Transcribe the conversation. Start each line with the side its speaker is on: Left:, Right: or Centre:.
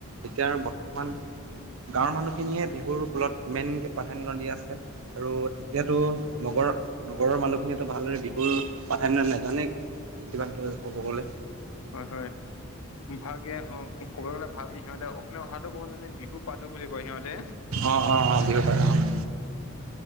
Right: এতিয়া বৰ্তমান গাঁৱৰ মানুহখিনিয়ে বিহুৰ ফলত মেইন প্ৰাধান্য দি আছে। আৰু এতিয়াতো নগৰত নগৰৰ মানুহখিনিয়েতো ভালদৰে বিহুৰ প্ৰাধান্য নাজানেই কিবাকিবি ক'ব <unintelligible>
Left: হয়, হয়। ভালকে অ', ক'ব গ'লে ভালকে সিহঁতে অসমীয়া ভাষাতো ক'ব নাজানে বিহু পাতো বুলি কয় সিহঁতে।
Right: অ', অ', অ' বিহু পাতে অ'।